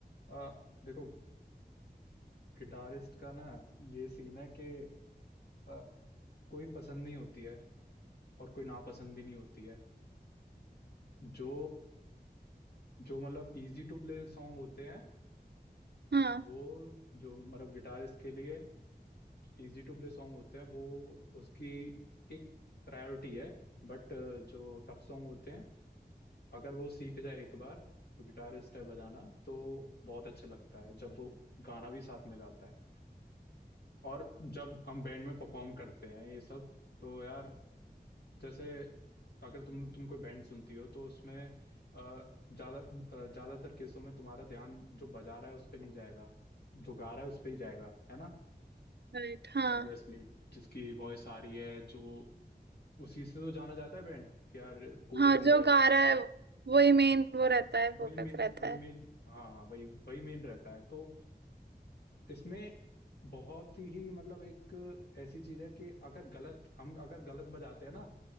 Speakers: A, on the left (about 70°); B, on the right (about 80°).
A: आ, देखो गिटारिस्ट का ना ये सीन है कि आ, कोई पसंद नहीं होती है और कोई नापसंद भी नहीं होती है जो जो मतलब इजी टू प्ले सॉन्ग होते हैं
B: हाँ
A: वो जो मतलब गिटारिस्ट के लिए इजी टू प्ले सॉन्ग होते हैं वो उसकी एक प्रायोरिटी है बट जो टफ सॉन्ग होते हैं अगर वो सीख जाए एक बार जो गिटारिस्ट है बजाना तो बहुत अच्छा लगता है जब वो गाना भी साथ में गाता है और जब हम बैंड में परफॉर्म करते हैं ये सब तो यार जैसे अगर तुम तुम कोई बैंड सुनती हो तो उसमें अ, ज्यादा अ, ज्यादातर केसों में तुम्हारा ध्यान जो बजा रहा है उस पे नहीं जाएगा जो गा रहा है उस पे ही जाएगा है ना
B: राइट हाँ
A: ऑब्वियसली जिसकी वॉइस आ रही है जो उसी से तो जाना जाता है बैंड कि यार कोल्ड
B: हाँ
A: प्ले
B: जो
A: है
B: गा रहा है वही मेन वो रहता है फोकस
A: वही मेन
B: रहता
A: वही
B: है
A: मेन हाँ हाँ, वही वही मेन रहता है तो इसमें बहुत ही मतलब एक ऐसी चीज है कि अगर गलत हम अगर गलत बजाते हैं ना